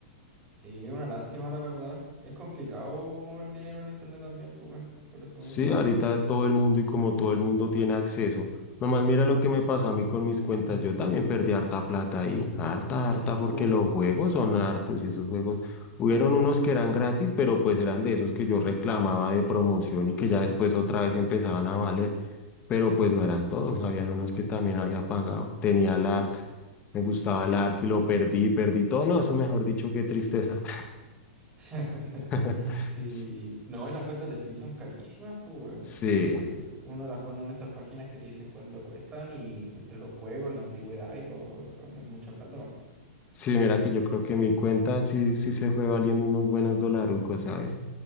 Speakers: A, on the right (about 20°); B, on the left (about 20°).
A: Sí, una lástima, la verdad. Es complicado mover dinero en internet también, pues bueno, por eso
B: Sí,
A: mismo.
B: ahorita todo el mundo y como todo el mundo tiene acceso. Nomás mira lo que me pasó a mí con mis cuentas. Yo también perdí harta plata ahí. Harta, harta,
A: Sí,
B: porque
A: pues.
B: los juegos son hartos y esos juegos. Hubieron unos que eran gratis, pero pues eran de esos que yo reclamaba de promoción y que ya después otra vez empezaban a valer. Pero pues no eran todos. Habían unos que también
A: Sí.
B: había pagado. Tenía el ARC. Me gustaba el ARC y lo perdí, perdí todo. No, eso mejor dicho, qué tristeza.
A: <laughs>
B: <laughs>
A: Sí. No, y las cuentas de Steam son carísimas, pues bueno.
B: Sí.
A: Sí, we- uno las pone en estas páginas que te dicen cuánto cuestan y entre los juegos, la antigüedad y todo, son, es mucha plata, weón.
B: Sí, mira que yo creo que mi cuenta sí, sí se fue valiendo unos buenos dolarucos, ¿sabes?